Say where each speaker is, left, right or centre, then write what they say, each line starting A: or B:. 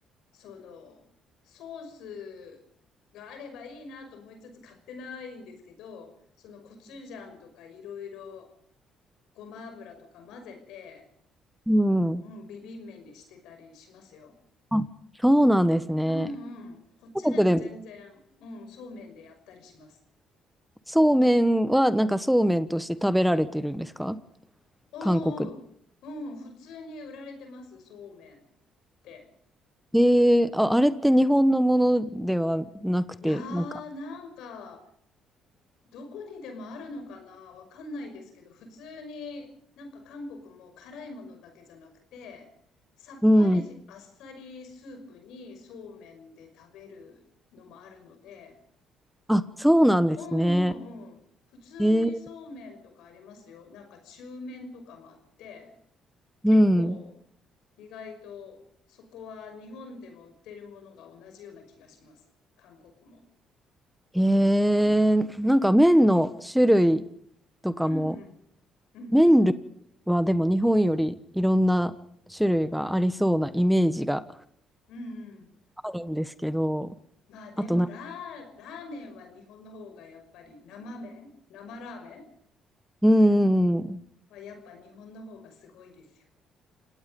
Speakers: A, on the left; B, in the centre.
A: その、ソースがあればいいなと思いつつ買ってないんですけど、そのコチュジャンとかいろいろごま油とか混ぜて、
B: うん。
A: うん、ビビン麺にしてたりしますよ。
B: あ、そうなんですね。
A: うんうん。こっちでも全然、
B: 韓国でも、
A: うん、そうめんでやったりします。
B: そうめんは、なんかそうめんとして食べられてるんですか
A: おーうん、
B: 韓国
A: 普通に売られてます、そうめんって。
B: ええあ、あれって日本のものではなくて、
A: いやー、
B: なんか、
A: なんか、どこにでもあるのかな、わかんないですけど、普通になんか韓国も辛いものだけじゃなくて、さっぱりしあっさりスープにそうめんで食べるのもあるので、
B: うん。あ、そうなんですね。
A: うんうんうん、普通にそうめんとかありますよ。
B: ええ
A: なんか中麺とかもあって、結構意外とそこは日本でも売ってるものが同じような気がします。
B: うん。
A: 韓国も。
B: ええなんか麺の種類とかも、
A: うんうん。うん。
B: 麺類はでも日本よりいろんな種類がありそうなイメージが
A: うんうん。
B: あるんですけど、
A: まあでもラー、
B: あとな、
A: ラーメンは日本の方がやっぱり生麺、生ラーメン
B: うん、うん
A: はやっぱ日本の方がすごいですよ。